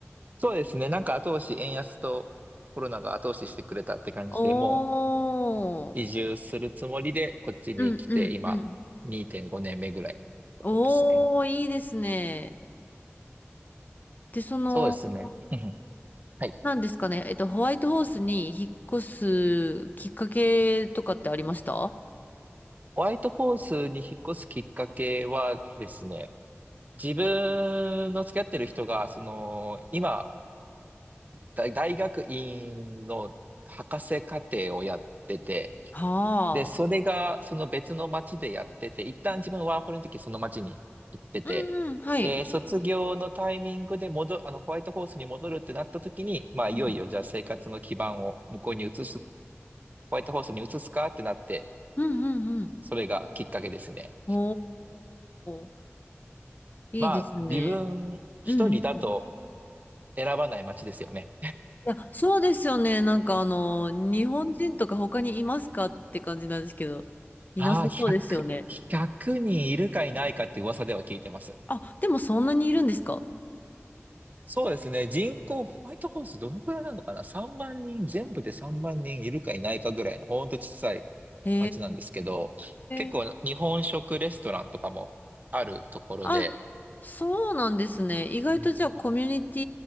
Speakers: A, on the right; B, on the left.
A: そうですね。なんか後押し、円安とコロナが後押ししてくれたって感じで、
B: おー。
A: も移住するつもりで、こっちに来て、
B: うんうんうん。
A: 今、2.5年目ぐらいのとこですね。
B: おー、いいですね。で、その、
A: そうですね。<laughs> うんはい。
B: なんですかね、えっと、ホワイトホースに引っ越すきっかけとかってありましたは
A: ホワイトホースに引っ越すきっかけはですね、自分の付き合ってる人が、その、今、大大学院の博士課程をやってて、
B: あ。
A: で、それがその別の町でやってて、一旦自分ワーホリの時その町に行ってて、
B: うんうん、はい。
A: で、卒業のタイミングで戻る、あの、ホワイトホースに戻るってなった時に、まあ、いよいよじゃあ生活の基盤を向こうに移す、
B: うん
A: ホワイトホースに移すかってなって、
B: うんうんうん。
A: それがきっかけですね。
B: おー、いいですね。
A: まあ、自分一人だと
B: うんうんうん。い
A: 選ばない町ですよね。
B: や、そうですよね。なんかあの、日本人とか他にいますかって感じなんですけど、いなさそうですよね。
A: ああ、1 100人いるかいないかって噂では聞いてます。
B: あ、でもそんなにいるんですか
A: そうですね。人口、ホワイトハウスどのくらいなのかな ?3 万人、全部で3万人いるかいないかぐらいの、ほんと小さい
B: へ
A: 町なんですけど、結構日本食レストランとかもあるところで、
B: え。あ、そうなんですね。意外とじゃあコミュニテ
A: うん